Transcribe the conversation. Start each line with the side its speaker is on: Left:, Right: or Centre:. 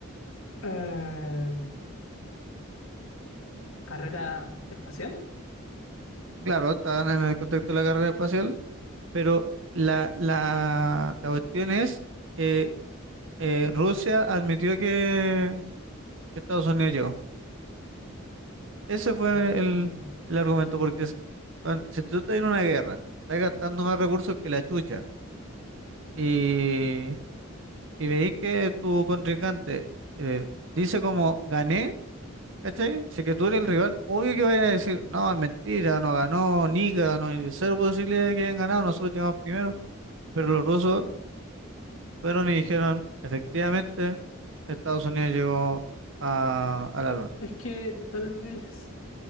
Left: Eh, ¿carrera espacial?
Right: Claro, estaban en el contexto de la carrera espacial, pero la, la, la cuestión es que eh, Rusia admitió que, que Estados Unidos llegó. Ese fue
Left: Mm,
Right: el, el argumento, porque es- bueno, si tú estás en una guerra, estás gastando más recursos que la chucha, y, y veis que tu contrincante eh, dice como gané, ¿cachai? Si que tú eres el rival, obvio que vaya a decir, no, es mentira, no ganó, ni ganó, hay cero posibilidad de que hayan ganado, nosotros llegamos primero. Pero los rusos fueron y dijeron, efectivamente, Estados Unidos llegó a, a la luna.
Left: es que tal vez,